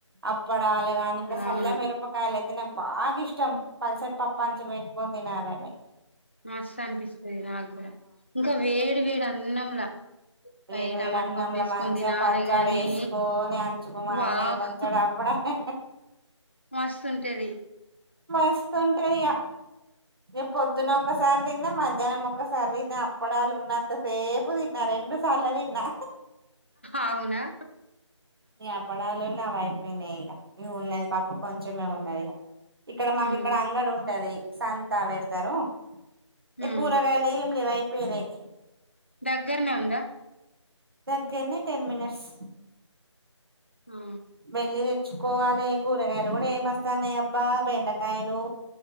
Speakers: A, on the right; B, on the left.
A: అప్పడాలు గానీ ఇంకా చల్ల
B: అవును
A: మిరపకాయలు అయితే నాకు బాగా ఇష్ ష్టం ప్లాసాటి పప్పంచుక్ వెట్టుకొని తినలామే
B: మస్తం అనిపిస్తది నాకు గూడ ఇంకా వేడి వేడి అన్నంలా
A: వేడి
B: పై
A: వేడి
B: టమాటా
A: అన్నంల
B: పప్పు ఏసుకొని
A: మంచిగా
B: తినాలే
A: పచ్చడి
B: గానీ
A: వేసుకొని అంచుకు మామిడికాయ
B: వావ్
A: పచ్చడి అప్పడాలు
B: మస్తుంటది
A: మస్తుంటది ఇగ, ఇగ పొద్దునొక్కసా రి దిన్నా, మధ్యాహ్నం ఒక్కసారి దిన్నా, అప్పడాలు ఉన్నంత సేపు దిన్నా రెండు సార్లు దిన్నా
B: అవునా
A: ఈ అప్పడాలు నావైపోయినాయి ఇగ, ఇగ ఉన్నది పప్పు కొంచమే ఉన్నది ఇగా ఇక్కడ మాక్
B: ఉమ్
A: ఇక్కడ అంగడి ఉంటది సంతా వెడతారు ఏ
B: ఉమ్
A: కూరగాయలేం లేవు అయిపోయినాయి
B: దగ్గరనే ఉందా
A: దగ్గర్నే టెన్ మినిట్స్
B: ఆ
A: వెళ్లి తెచ్ తెచ్చుకోవాలే కూరగాయలు గూడ ఏం బాస్తాన్నాయి అబ్బా బెండకాయలు